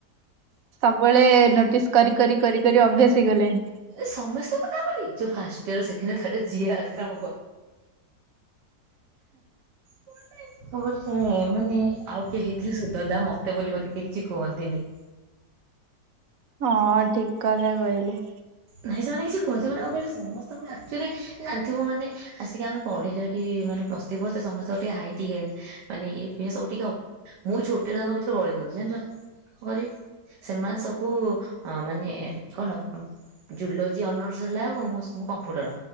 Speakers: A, on the right (about 65°); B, on the right (about 80°).
A: ସବୁବେଳେ, ନୋଟିସ୍ କରି, କରି, କରି, କରି ଅଭ୍ୟାସ ହେଇ ଗଲେଣି।
B: ଏ ସମସ୍ତେ କଥା ବୋଲି, ଯୋଉ first year second year third year ଯିଏ ଆସିଲା ଆମ ହ <unintelligible> ମୁଁ ବୋଲି, ସେ ମାନେ ଆଉ କିଏ ହେଇଥିଲେ, ସଦନ୍ତା, ମତେ ବୋଲି ବୋଧେ କେଇ କିଛି କୁହନ୍ତିନି।
A: ହଁ ଠିକ୍ କଥା କହିଲେ।
B: ନାଇଁ ସେମାନେ କିଛି କୁହନ୍ତି ମାନେ, କଣ କହିଲୁ ସମସ୍ତଙ୍କୁ ଆକ୍ଚୁଆଲି ଜାଣିଥିବୁ ମାନେ ଆସିକି ଆମେ ପଢିଲୁ କି ମା ମୁଁ ଯେତେବେଳ ପ୍ଲଷଥ୍ରୀ ପଢୁଥିଲି ସମସ୍ତଙ୍କୁ ଟିକେ ହାଇଟି ହେଲି ମାନେ ଇଏ ଫିଏ ସବୁ ଟିକେ ମୁଁ ଛୋଟିଆଟା ଟାଙ୍କ ଭିତରେ, ଗଳି ଯାଉଛି ଜାଣିଛ। କରି, ସେମାନେ ସବୁ ମାନେ କଣ ଜୁଲୋଜି ଅନର୍ସ ନେଲା ବେଳକୁ ମୁଁ ସବ୍ କମ୍ପ୍ୟୁଟର,